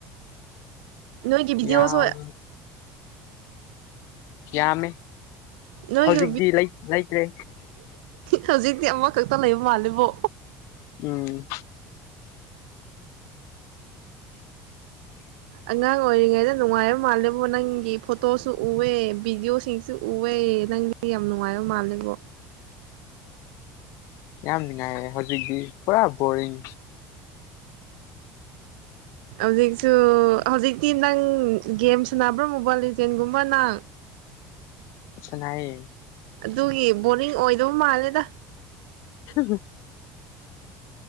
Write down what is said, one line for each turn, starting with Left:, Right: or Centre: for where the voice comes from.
Right: ꯅꯣꯏꯒꯤ ꯚꯤꯗꯤꯑꯣꯁꯨ
Left: ꯌꯥꯝ ꯀꯌꯥꯃꯦ
Right: ꯅꯣꯏꯒꯤ
Left: ꯍꯧꯖꯤꯛꯇꯤ ꯂꯩꯇ꯭ꯔꯦ
Right: ꯍꯧꯖꯤꯛꯇꯤ ꯑꯃꯈꯛꯇ ꯂꯩꯕ ꯃꯥꯜꯂꯤꯕꯣ
Left: ꯎꯝ
Right: ꯑꯉꯥꯡ ꯑꯣꯏꯔꯤꯉꯩꯗ ꯅꯨꯡꯉꯥꯏꯕ ꯃꯥꯜꯂꯦꯕꯣ ꯅꯪꯒꯤ ꯐꯣꯇꯣꯁꯨ ꯎꯋꯦ ꯚꯤꯗꯤꯑꯣꯁꯤꯡꯁꯨ ꯎꯋꯦ ꯅꯪꯗꯤ ꯌꯥꯝ ꯅꯨꯡꯉꯥꯏꯕ ꯃꯥꯜꯂꯦꯕꯣ
Left: ꯌꯥꯝ ꯅꯨꯡꯉꯥꯏꯌꯦ ꯍꯧꯖꯤꯛꯇꯤ ꯄꯨꯔꯥ ꯕꯣꯔꯤꯡ
Right: ꯍꯧꯖꯤꯛꯁꯨ ꯍꯧꯖꯤꯛꯇꯤ ꯅꯪ ꯒꯦꯝ ꯁꯥꯟꯅꯕ꯭ꯔꯥ ꯃꯣꯕꯥꯏꯜ ꯂꯤꯖꯦꯜꯒꯨꯝꯕ ꯅꯪ
Left: ꯁꯅꯥꯏꯌꯦ
Right: ꯑꯗꯨꯒꯤ ꯕꯣꯔꯤꯡ ꯑꯣꯏꯗꯕ ꯃꯥꯜꯂꯦꯗ
Left: <inaudible>